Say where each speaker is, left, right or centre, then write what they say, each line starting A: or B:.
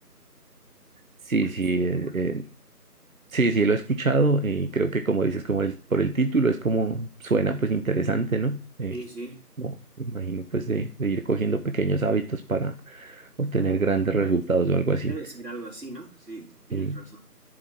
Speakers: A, on the right; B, on the right.
A: Sí,
B: Así
A: sí,
B: que ni
A: eh,
B: idea.
A: eh, sí, sí lo he escuchado y creo que como dices, como el- por el título, es como suena pues interesante, ¿no? Eh,
B: Sí, sí.
A: como, me imagino pues de, de ir cogiendo pequeños hábitos para obtener grandes resultados o algo así.
B: Debe ser algo así, ¿no? Sí, tienes
A: Sí,
B: razón.